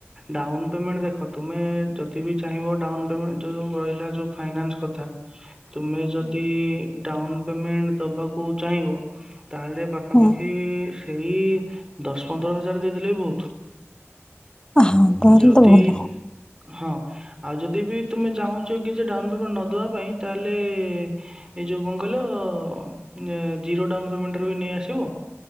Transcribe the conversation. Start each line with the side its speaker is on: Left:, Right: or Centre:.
Right: ଡାଉନ ପେମେଣ୍ଟ ଦେଖ ତୁମେ ଯଦି ବିି ଚାହିଁବ ଡାଉନ ପେମେଣ୍ଟ ଯୋଉ ରହିଲା ଯୋଉ ଫାଇନାନ୍ସ କଥା ତୁମେ ଯଦି ଡାଉନ ପେମେଣ୍ଟ ଦବାକୁ ଚାହିଁବ ତାହେଲେ ପାଖାପାଖି
Left: ହଁ
Right: ଏହି ଦଶ ପନ୍ଦର ହଜାର ଦେଇଦେଲେ ବି ବହୁତ।
Left: ହଁ ତାହେଲେ
Right: ଯଦି
Left: ତ ଭଲ।
Right: ହଁ ଆଉ ଯଦି ବି ତୁମେ ଚାହୁଁଛ କି ଯେ ଡାଉନ ପେମେଣ୍ଟ ନ ଦେବା ପାଇଁ ତାହେଲେ ଏଇ ଯୋଉ କଣ କହିଲ ଜିରୋ ଡାଉନ ପେମେଣ୍ଟରେ ବି ନେଇ ଆସିବ।